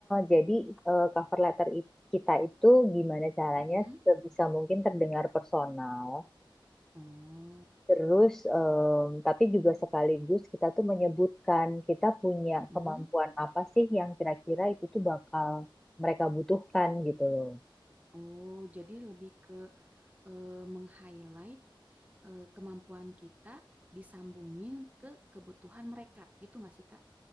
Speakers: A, in the centre; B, on the right.
A: Jadi eh, cover letter i- kita itu gimana caranya
B: Mm-mm.
A: sebisa mungkin terdengar personal.
B: Oh.
A: Terus, em, tapi juga sekaligus kita tuh menyebutkan kita punya
B: Mm-mm.
A: kemampuan apa sih yang kira-kira itu tuh bakal mereka butuhkan gitu loh.
B: Oh, jadi lebih ke eh, meng-highlight eh, kemampuan kita disambungin ke kebutuhan mereka, gitu nggak sih, Kak?